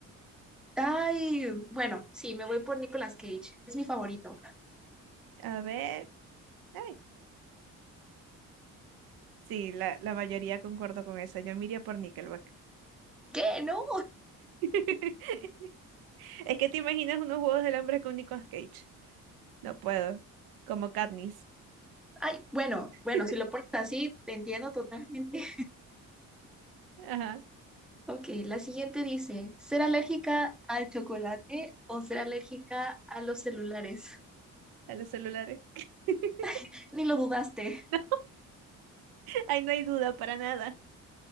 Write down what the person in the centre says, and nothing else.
Ay, bueno, sí, me voy por Nicolas Cage. Es mi favorito.
¿Qué? No.
Ay, bueno, bueno,
si lo pones así, te entiendo totalmente.
Ok, la siguiente dice, ¿ser alérgica al chocolate o ser alérgica a los celulares?
<laughs> Ni lo dudaste.